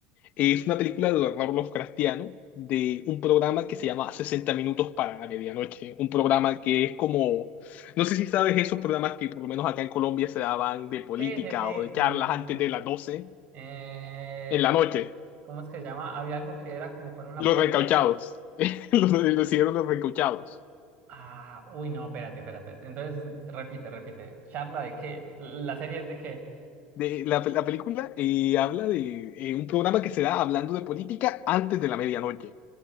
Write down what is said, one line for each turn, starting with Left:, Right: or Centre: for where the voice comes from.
Left: Es una película de horror Lovecraftiano de un programa que se llama 60 minutos para la medianoche. Un programa que es como, no sé si sabes esos programas que por lo menos acá en Colombia se daban de política
Right: Sí, sí, sí. eh,
Left: o de charlas antes de las 12
Right: eh,
Left: en la
Right: ah,
Left: noche.
Right: ¿cómo es que se llama? Había algo que era como con una
Left: Los
Right: puerta.
Left: recauchados. <laughs> Los, los hicieron los recauchados.
Right: Ah, uy, no, espérate, espérate. Entonces, repite, repite. ¿Charla de qué? ¿La serie es de qué?
Left: De, la, la película eh, habla de eh, un programa que se da hablando de política antes de la medianoche.